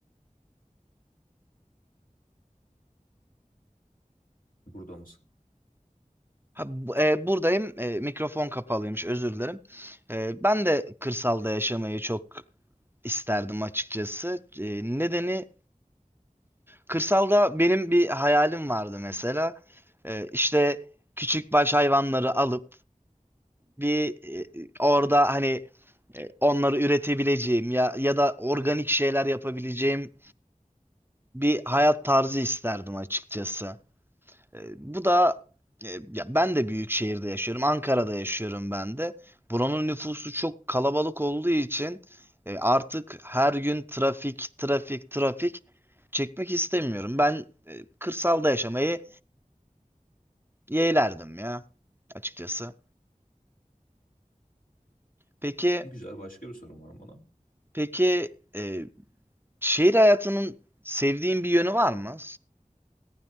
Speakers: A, on the left (about 80°); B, on the right (about 15°).
A: Burada mısın?
B: Ha, bu- e, buradayım. E, mikrofon kapalıymış. Özür dilerim. E, ben de kırsalda yaşamayı çok isterdim açıkçası. E, nedeni kırsalda benim bir hayalim vardı mesela. E, işte küçük baş hayvanları alıp bir e, orada hani e, onları üretebileceğim ya ya da organik şeyler yapabileceğim bir hayat tarzı isterdim açıkçası. E, Bu da e, ya ben de büyük şehirde yaşıyorum. Ankara'da yaşıyorum ben de. Buranın nüfusu çok kalabalık olduğu için e, artık her gün trafik, trafik, trafik çekmek istemiyorum. Ben e, kırsalda yaşamayı yeğlerdim ya açıkçası. Peki
A: Güzel başka bir sorun var bana.
B: peki e, Şehir hayatının sevdiğin bir yönü var mı?